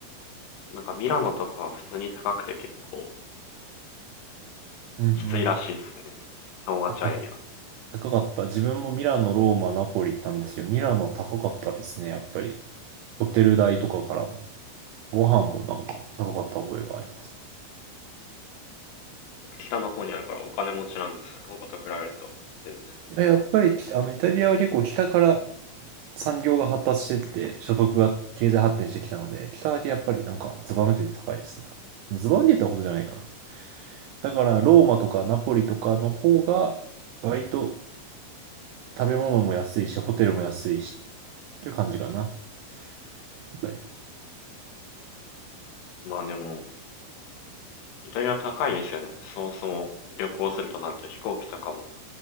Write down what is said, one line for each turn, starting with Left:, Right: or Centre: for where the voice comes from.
Left: た。なんかミラノとかは普通に高くて結構
Right: うんうん。
Left: きついらしいですね。友達はや
Right: あ、た、高かった。自分もミラノ、ローマ、ナポリ行ったんですよ。ミラノは高かったですね、やっぱり。ホテル代とかからも。ご飯もなんか高かった覚えがあります。
Left: 北の方にあるからお金持ちなんですよね。他と比べると。全然。
Right: いや、やっぱり、あの、イタリアは結構北から産業が発達してって、所得が経済発展してきたので、北だけやっぱりなんかズバ抜けて高いですね、多分。ズバ抜けてほどじゃないかな。だから、ローマとかナポリとかの方が、割と食べ物も安いし、ホテルも安いし、っていう感じかな。やっぱり。
Left: まあでも、イタリア高いですよね。そもそも旅行するとなると飛行機とかも。